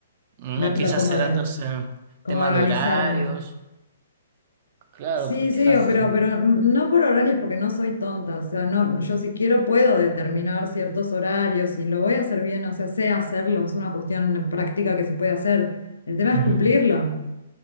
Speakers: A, on the right; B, on the left.
A: Ah,
B: De, lo-
A: quizás
B: como
A: será
B: la-
A: entonces
B: Como
A: tema
B: organizarme.
A: de horarios, claro,
B: Sí,
A: quizás.
B: sí, o- pero, pero no por horarios porque no soy tonta. O sea, no, yo si quiero puedo determinar ciertos horarios y lo voy a hacer bien, o sea, sé hacerlo, es una cuestión práctica que se puede hacer. El tema es
A: Ujú.
B: cumplirlo.